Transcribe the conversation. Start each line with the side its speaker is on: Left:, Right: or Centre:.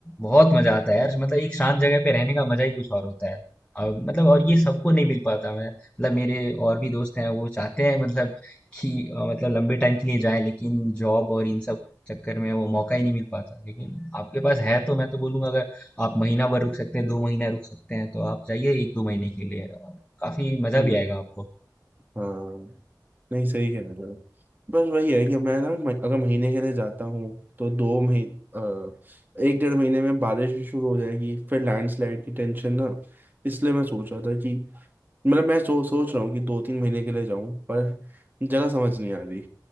Left: बहुत मजा आता है यार मतलब एक शांत जगह पे रहने का मजा ही कुछ और होता है और मतलब और ये सबको नहीं मिल पाता मैं मतलब मेरे और भी दोस्त हैं वो चाहते हैं मतलब कि अ, मतलब लंबे टाइम के लिए जाए लेकिन जॉब और इन सब चक्कर में वो मौका ही नहीं मिल पाता लेकिन आपके पास है तो मैं तो बोलूंगा अगर आप महीना भर रुक सकते हैं दो महीना रुक सकते हैं तो आप जाइए एक दो महीने के लिए और काफी मजा
Right: में
Left: भी आएगा आपको
Right: हाँ नहीं सही कह रहे हो बस वही है कि मैं ना म- अगर महीने के लिए जाता हूँ तो दो महीने एक डेढ़ महीने में बारिश भी शुरू हो जाएगी फिर लैंडस्लाइड की टेंशन ना इसलिए मैं सोच रहा था कि मतलब मैं सो, सोच रहा हूँ कि दो तीन महीने के लिए जाऊँ पर जगह समझ नहीं आ रही